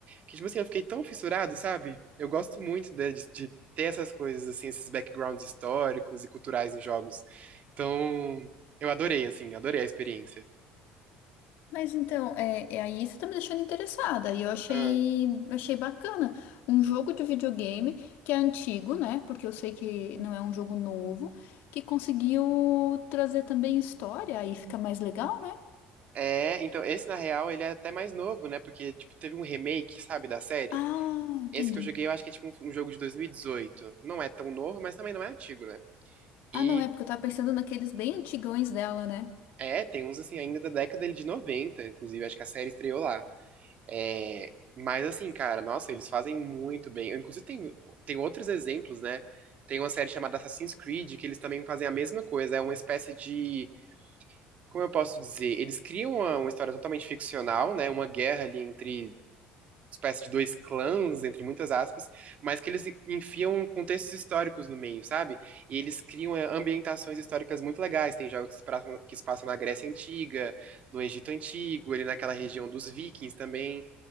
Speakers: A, on the right; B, on the left.
A: Que, tipo assim, eu fiquei tão fissurado, sabe? Eu gosto muito de, de- de ter essas coisas, assim, esses backgrounds históricos e culturais em jogos. Então, eu adorei, assim, adorei a experiência.
B: Mas então, é, é aí você tá me deixando interessada. E eu achei,
A: Ah,
B: achei bacana. Um jogo de videogame que é antigo, né? Porque eu sei que não é um jogo novo, que conseguiu trazer também história, aí fica mais legal, né?
A: É, então, esse na real, ele é até mais novo, né? Porque, tipo, teve um remake, sabe, da série.
B: Ah, entendi.
A: Esse que eu joguei, eu acho que é tipo um, um jogo de 2018. Não é tão novo, mas também não é antigo, né? E
B: Ah, não, é porque eu tava pensando naqueles bem antigões dela, né?
A: é, tem uns assim, ainda da década ele de 90, inclusive, acho que a série estreou lá. É, mas assim, cara, nossa, eles fazem muito bem. Eu, Inclusive, tem, tem outros exemplos, né? Tem uma série chamada Assassin's Creed, que eles também fazem a mesma coisa. É uma espécie de. Como eu posso dizer? Eles criam uma, uma história totalmente ficcional, né? Uma guerra ali entre espécie de dois clãs, entre muitas aspas, mas que eles enfiam contextos históricos no meio, sabe? E eles criam é, ambientações históricas muito legais. Tem jogos que se passam, que se passam na Grécia Antiga, no Egito Antigo, ali naquela região dos Vikings também,